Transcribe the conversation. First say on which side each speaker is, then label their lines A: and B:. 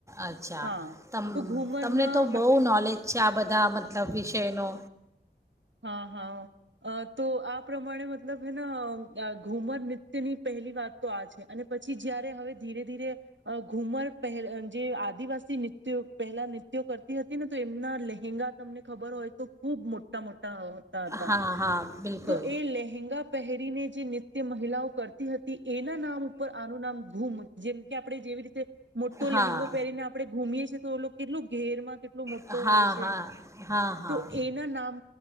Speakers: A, on the right; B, on the right.
A: અચ્છા,
B: હા
A: તમ
B: તો ઘુમરના
A: તમને તો
B: મતલબ
A: બહુ નોલેજ છે, આ બધા મતલબ વિષયનો
B: હ, હા. તો આ પ્રમાણે મતલબ હૈ ના, ઘૂમર નૃત્યની પહેલી વાત તો આ છે. અને પછી જયારે હવે ધીરે ધીરે ઘુમર પહે જે આદિવાસી નૃત્યો પહેલા નૃત્યો કરતી હતી ને તો એમના લહેંગા તમને ખબર હોય તો ખૂબ મો ટા મોટ્ટા હોય હતા
A: હા હા બિલકુલ
B: તો એ લહેંગા પહેરીને જે નૃત્ તે મહિલાઓ કરતી હતી એના નામ ઉપર આનું નામ ઘૂમ, જેમ કે આપણે જેવી રીતે મોટ્ટો
A: હા
B: લહેંગો પહેરીને આપણે ઘૂમીએ છે તો ઓલો કેટલું ઘેરમાં કેટલો મોટ્ટો
A: હા
B: હોય
A: હા
B: છે,
A: હા હા
B: તો એના નામ